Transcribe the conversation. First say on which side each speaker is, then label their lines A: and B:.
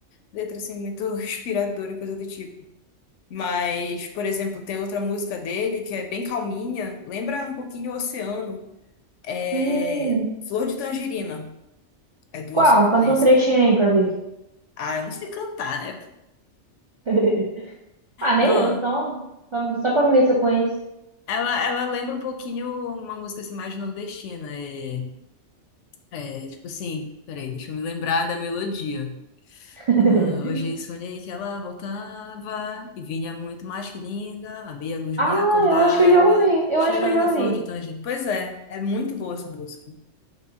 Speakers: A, on the left (about 80°); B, on the right (about 50°).
A: letra assim, muito <laughs> inspiradora, coisa do tipo. Mas, por exemplo, tem outra música dele que é bem calminha, lembra um pouquinho o Oceano. É
B: Hum.
A: Flor de Tangerina, é do
B: Qual?
A: Alceu
B: Conta
A: Valença.
B: um trechinho aí pra ver.
A: Ah, eu não sei cantar, né?
B: <laughs> Ah, nem
A: Não.
B: eu, só. Só pra ver se eu conheço.
A: Ela, ela lembra um pouquinho uma música assim, mais nordestina. É, é, tipo assim, peraí, deixa eu me lembrar da melodia.
B: <laughs>
A: Ah, hoje sonhei que ela voltava e vinha muito mais que linda. A meia luz
B: Ah,
A: me acordava,
B: eu acho que eu já ouvi. Eu
A: cheirando
B: acho que eu já
A: a
B: ouvi.
A: flor de tangerina. Pois é, é muito boa essa música.